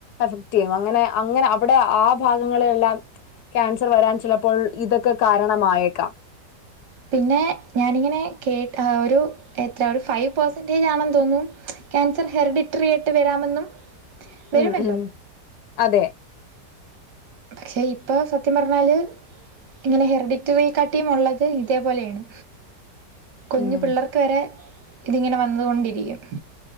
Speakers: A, on the left (about 70°); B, on the right (about 75°).
A: എഫക്ട് ചെയ്യും അങ്ങനെ അങ്ങനെ അവിടെ- ആ ഭാഗങ്ങളിലെല്ലാം- ക്യാൻസർ വരാൻ ചിലപ്പോൾ ഇതൊക്കെ കാരണമായേക്കാം
B: പിന്നെ ഞാനിങ്ങനെ കേ ഒരു എത്ര ഒരു ഫൈവ് പെർസെന്റേജ് ആണെന്ന് തോന്നും ൻസർ ഹെറിഡിറ്ററി ആയിട്ട് വരാമെന്നും വരുമല്ലോ
A: ഉം ഉം അതെ
B: എടെ പക്ഷെ ഇപ്പൊ സത്യം പറഞ്ഞാല്- ഇങ്ങനെ ഹെറിഡിറ്ററി കട്ടിയും ഉള്ളത് ഇതേപോലെയാണ് കുഞ്ഞു
A: ഉം
B: പിള്ളർക്ക് വരെ ഇതിങ്ങനെ വന്നുകൊണ്ടിരിക്കും